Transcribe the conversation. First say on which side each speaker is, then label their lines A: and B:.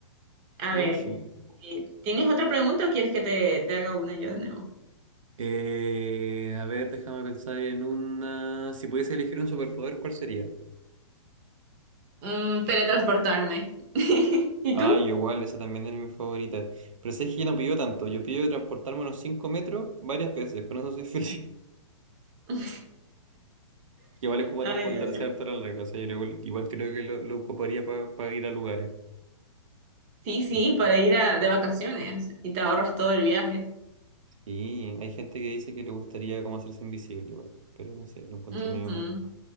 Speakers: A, on the right; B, on the right.
A: A
B: Buenísimo.
A: ver, eh, ¿tienes otra pregunta o quieres que te, te haga una yo de nuevo?
B: Eh, a ver, déjame pensar en una. Si pudiese elegir un superpoder, ¿cuál sería?
A: Mm, teletransportarme. <laughs> ¿Y
B: Ah,
A: tú?
B: yo igual, esa también era mi favorita. Pero sé que yo no pido tanto. Yo pido transportarme unos 5 metros varias veces, con eso soy feliz. <laughs>
A: <laughs>
B: Que igual es como
A: Ay,
B: transportarse
A: Dios mío.
B: harto a la larga. O sea, yo igual, igual creo que lo, lo ocuparía para ir a lugares.
A: Sí, sí,
B: <laughs>
A: para ir a- de vacaciones y te ahorras todo el viaje.
B: Sí, hay gente que dice que le gustaría como hacerse invisible igual, pero no sé, lo encuentro
A: Ujú.
B: medio,